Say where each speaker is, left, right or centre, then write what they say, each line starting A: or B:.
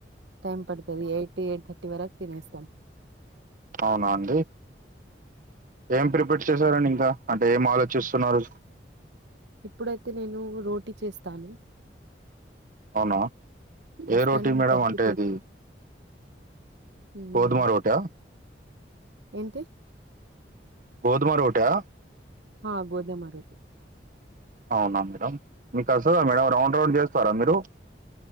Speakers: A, on the right (about 80°); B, on the right (about 50°).
A: టైమ్ పడుతది ఎయిట్ ఎయిట్ థర్టీ వరకు తినేస్తాం
B: అవునా అండి ఏం ప్రిపేర్ చేశారండి ఇంకా అంటే ఏం ఆలోచిస్తున్నారు
A: ఇప్పుడైతే నేను రోటీ చేస్తాను
B: అవునా ఏ
A: ఆఫ్టర్నూన్
B: రోటీ మేడం
A: పప్పు
B: అంటే అది
A: ఉమ్
B: గోధుమ రోటా
A: ఏంటి
B: గోధమ రోటె
A: హ గోధుమ రొట్టె
B: అవునా మేడమ్ మీకు వస్తుందా మేడ రౌండ్ రౌండ్ చేస్తారా మీరు